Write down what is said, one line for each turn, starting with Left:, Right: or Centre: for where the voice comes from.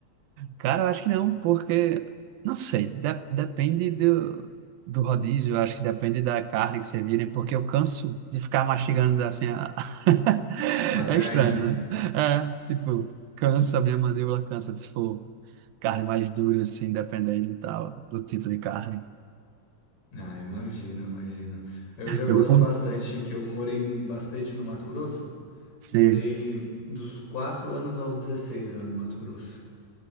Right: Cara, eu acho que não, porque, não sei, de- depende do, do rodízio, eu acho que depende da carne que servirem, porque eu canso de ficar mastigando assim. a- <laughs>
Left: A carne?
Right: É estranho, né? É, tipo, cansa, minha mandíbula cansa se for carne mais dura, assim, dependendo e tal, do tipo de carne.
Left: Ah, imagino, imagino. Eu já gosto
Right: Eu,
Left: bastante que eu morei bastante no Mato Grosso.
Right: Sim.
Left: Morei dos 4 anos aos 16 lá no Mato Grosso.